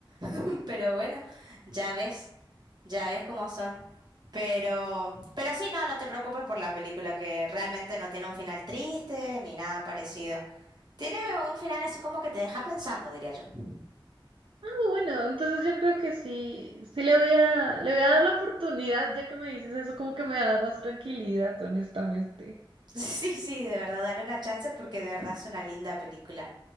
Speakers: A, on the right; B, on the right.
A: <laughs> Pero bueno, ya ves, ya ves cómo son. Pero, pero sí, no, no te preocupes por la película, que realmente no tiene un final triste ni nada parecido. Tiene un final así como que te deja pensando, diría yo. <laughs>
B: Ah, bueno, entonces yo creo que sí, sí le voy a, le voy a dar la oportunidad, ya que me dices eso, como que me da más tranquilidad, honestamente.
A: Sí, sí, de verdad, dale una chance porque de verdad es una linda película.